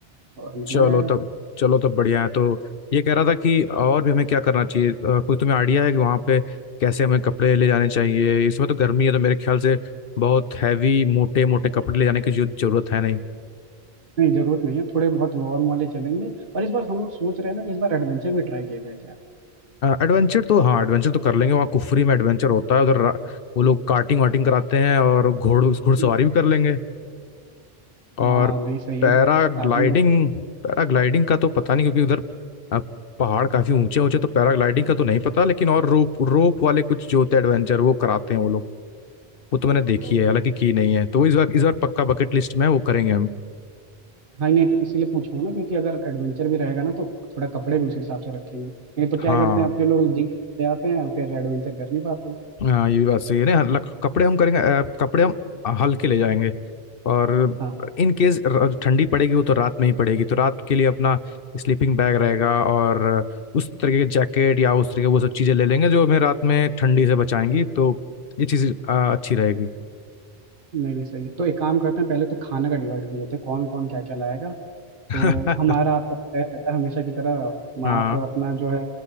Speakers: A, on the right; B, on the left.
A: और निकला
B: चलो
A: जाएगा
B: तब चलो तब बढ़िया है तो ये कह रहा था कि और भी हमें क्या करना चाहिए अ, कोई तुम्हें आइडिया है कि वहाँ पे कैसे हमें कपड़े ले जाने चाहिए इसमें तो गर्मी है तो मेरे ख्याल से बहुत हैवी मोटे मोटे कपड़े ले जाने की जो- जरूरत है नहीं
A: नहीं जरूरत नहीं है थोड़े बहुत वार्म वाले चलेंगे और इस बार हम लोग सोच रहे हैं ना कि इस बार एडवेंचर भी ट्राई किया जाए क्या
B: एडवेंचर तो हाँ एडवेंचर तो कर लेंगे वहाँ कुफरी में एडवेंचर होता है उधर रा- वो लोग कार्टिंग वाटिंग कराते हैं और घोड़ घुड़सवारी
A: हम्म,
B: भी कर लेंगे और
A: हाँ नहीं सही
B: पैराग्लाइडिंग
A: है इस बार थोड़ा कार्टिंग हो
B: पैराग्लाइडिंग का तो पता नहीं क्योंकि उधर अ, पहाड़ काफी ऊंचे ऊंचे तो पैराग्लाइडिंग का तो नहीं पता लेकिन और रोप रोप वाले कुछ जो होते हैं एडवेंचर वो कराते हैं वो लोग वो तो मैंने देखी
A: तो
B: है हालांकि की नहीं है तो वो इस बार इस बार पक्का बकेट लिस्ट में है, वो करेंगे हम
A: नहीं नहीं तो इसीलिए पूछा हूं ना क्योंकि अगर एडवेंचर भी रहेगा ना तो थोड़ा कपड़े भी उस हिसाब से रखेंगे नहीं तो क्या
B: हाँ
A: करते हैं अपने लोग जीप से आते हैं फिर एडवेंचर कर नहीं पाते
B: हाँ ये भी बात सही है ना हल- कपड़े हम करेंगे अ, कपड़े हम हल्के ले जाएंगे और
A: हाँ
B: इन केस ठंडी पड़ेगी वो तो रात में ही पड़ेगी तो रात के लिए अपना स्लीपिंग बैग रहेगा और उस तरीके के जैकेट या उस तरीके वो सब चीज़ें ले लेंगे जो हमें रात में ठंडी से बचाएंगी तो ये चीज़ अच्छी रहेगी
A: नहीं नहीं सही है तो एक काम करते हैं पहले तो खाना का डिवाइड कर लेते हैं कौन कौन क्या क्या लाएगा
B: <laughs>
A: तो हमारा आपका तो तय रहता है हमेशा की तरह
B: हाँ
A: आप अपना जो है